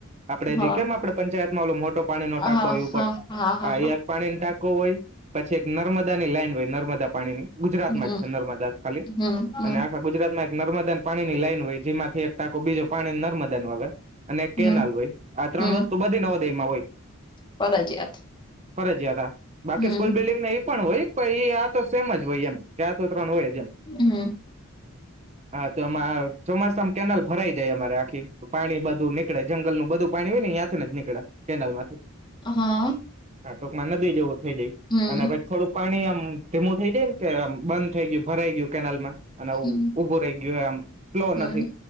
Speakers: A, on the right; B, on the left.
A: આપણે
B: હા
A: જી કેમ આપણે પંચાયતમાં ઓલો મોટો પાણી નો
B: હા
A: ટાંકો હોય ઉપર?
B: હા હા હા
A: આ એક
B: હા
A: પાણીન ટાકો હોય. પછી એક નર્મદા ની લાઈન હોય, નર્મદા પાણીની. ગુજરાતમાં
B: હમ
A: જ છે નર્મદા ત ખાલી.
B: હમ હમ
A: અને આખા ગુજરાત માં એક નર્મદાન પાણીની લાઈન હોય, જેમાંથી એક ટાંકો, બીજો પાણી નર્મદા નું આવે. અને એક કેનાલ
B: હમ
A: હોય. આ ત્રણ
B: હમ
A: વસ્તુ બધી નવોદયમાં હોય.
B: ફરજિયાત.
A: ફરજિયાત હા. બાકી
B: હમ
A: સ્કૂલ બિલ્ડિંગને ઈ પણ હોય, પણ ઈ આ તો સેમ જ હોય એમ. કે આ તો ત્રણ હોય જ એમ.
B: હમ્મ.
A: હા. તો એમાં ચોમાસામ કેનાલ ભરાઈ જાય અમારે આખી. તો પાણી બધું નીકળે, જંગલ નું બધું પાણી હોય ને ઈ ન્યાં થીન જ નીકળે કેનાલમાંથી.
B: હા.
A: હા. ટૂંકમાં નદી જેવું થઈ જાય.
B: હમ
A: અને પછ થોડુંક પાણી આમ ધીમું થઈ જાય ને કે આમ બંધ થઈ ગયું, ભરાઈ ગયું કેનાલમાં, અને આવું
B: હમ
A: ઉભો રહી ગયું એમ, ફ્લો
B: હમ
A: નથી.